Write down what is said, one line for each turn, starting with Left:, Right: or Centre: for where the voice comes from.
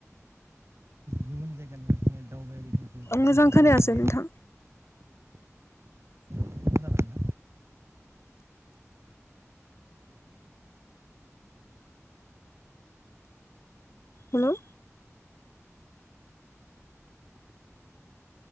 Right: गुबुन जायगानि दावबायारिफोरखौ
Left: मोजां
Right: गोसो बोनो
Left: खोनायासै नोंथां
Right: हायो खोनादोंना?
Left: हेल'